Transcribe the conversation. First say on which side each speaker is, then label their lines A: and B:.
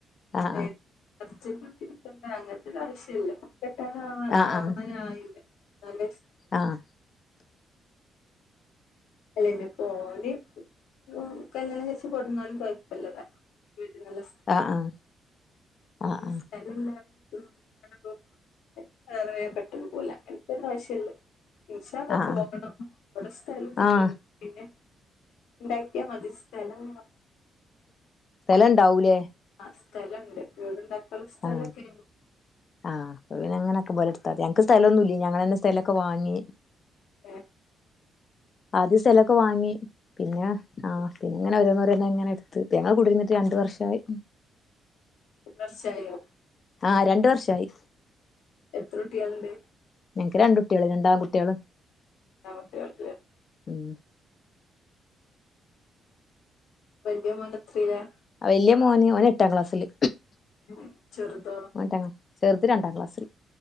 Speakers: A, on the left; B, on the left.
A: <unintelligible>
B: ആഹ്
A: ഒട്ടി ഇരിക്കണ്ട അങ്ങനത്തെ ഒരാവശ്യല്ല കെട്ടാന
B: ആഹ്
A: ആവാനായില്ല
B: ആഹ്
A: നല്ലെ
B: ആഹ്
A: ഇളയനെ പോലെ ഉം കല്യാണം കഴിച്ച് കൊടുന്നാലും കൊഴപ്പല്ല വിട്ടി നല്ല
B: ആഹ് ആഹ് ആഹ് ആഹ്
A: സ്ഥല കാണുമ്പ വേറെേ പെട്ടെന്ന് പോല അങ്ങനത്തെ പ്രാവശ്യല്ലേ തീശെ
B: ആഹ് ആഹ്
A: പോകണം ഇവിടെ സ്ഥലത്തൊക്കെ
B: ആഹ്
A: പിന്നെ ഉണ്ടാക്കിയാൽ മതി സ്ഥലം
B: സ്ഥലവുണ്ടാവൂലേ
A: ആഹ് സ്ഥലണ്ട് വീടുണ്ടാക്കാനുള്ള സ്ഥലക്കെ
B: ആഹ് ആഹ് അപ്പൊ പിന്നെ അങ്ങനൊക്കും പോലടുത്തതി ഞങ്ങക്ക് സ്ഥലൊന്നുല്ല ഞങ്ങളന്നെ സ്ഥലക്കെവാങ്ങി
A: ഏഹ്
B: ആദ്യം സ്ഥലൊക്കെ വാങ്ങി പിന്നെ ആഹ് പിന്നെങ്ങനെ ഒരോന്നോരോന്നിങ്ങനെ എടുത്ത് ഇപ്പം ഞങ്ങൾ കുടിരുന്നിട്ട് രണ്ടു വർഷായി
A: <unintelligible> കൊറച്ചായോ
B: ആഹ് രണ്ട് വർഷവായി
A: എത്ര കുട്ടികളുണ്ട്
B: ഞങ്ങക്ക് രണ്ട് കുട്ടികള് രണ്ട് ആൺകുട്ടികള്
A: <unintelligible> കുട്ടികൾക്ക്
B: ഉം
A: വല്യ മോൻ എത്രയിലാ
B: വല്യ മോന് ഓന് എട്ടാം ക്ലാസ്സില്
A: ഉും ചെറുതോ
B: <unintelligible> ചെറുത് രണ്ടാം ക്ലാസ്സില്